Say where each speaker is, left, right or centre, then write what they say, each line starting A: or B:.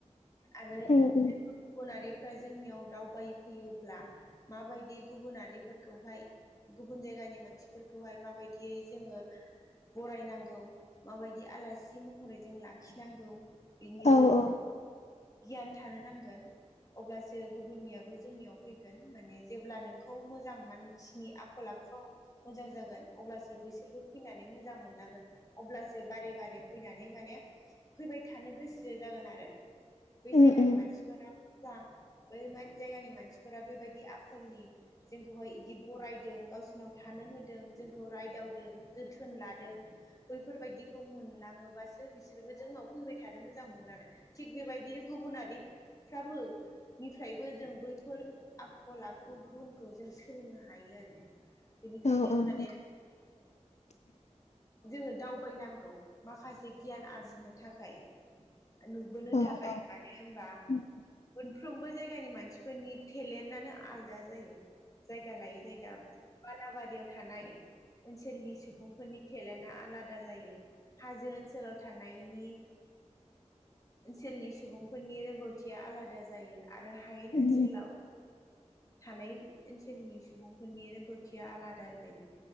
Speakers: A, on the left; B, on the left.
A: आरो
B: उम उम
A: गुबुनारिफ्रा जोंनियाव दावबायफैयोब्ला माबायदि गुबुनारिफोरखौहाय गुबुन जायगानि मानसिफोरखौहाय माबायदियै जोङो बरायनांगौ माबाय बे आलासि महरै जों लाखिनांगौ बेनिबो
B: औ औ
A: गियान थानो नांगोन अब्लासो गुबुननियाबो जोंनियाव फैगोन माने जेब्ला नोंखौ मोजां मान सिनि आखल आखुआव मोजां जागोन अब्लासो बैसोरबो फैनानै मोजां मोनलांगोन अब्लासो बारे बारे फैनानै माने फैबाय थानो गोसो जागोन आरो बै
B: उम
A: जायगानि
B: उम
A: मानसिफोरा मोजां बै जायगानि मानसिफोरा बेबायदि आखलनि जोंखौहाय इदि बरायदों गावसोरनाव थानो होदों जोंखौ रायदावदों जोथोन लादों बैफोरबायदिखौ मोनलाङोबासो बिसोरबो जोंनाव फैबाय थानो मोजां मोनो आरो थिग बेबायदिनो गुबुनारिफ्राबो निफ्रायबो जों बैफोर आखल आखु गुनखौ जों सोलोंनो हायो आरो
B: <inaudible>
A: बेनिखायनो
B: औ
A: माने
B: <inaudible>
A: जोङो दावबायनांगौ माखासे गियान आरजिनो थाखाय नु
B: औ
A: थाखाय
B: औ
A: मानो होनबा
B: उम
A: मोनफ्रोमबो जायगानि मानसि फोरनि टेलेन्टनो आलदा जायो जायगा लायै जायगा बालाबारियाव थानाय ओनसोलनि सुबुंफोरनि टेलेन्टआ आलादा जायो हाजो ओनसोलाव थानायनि ओनसोलनि सुबुंफोरनि रोंगौथिया आलादा जायो आरो हायेन
B: उम
A: ओनसोलाव थानाय ओनसोलनि सुबुंफोरनि रोंगौथिया आलादा जायो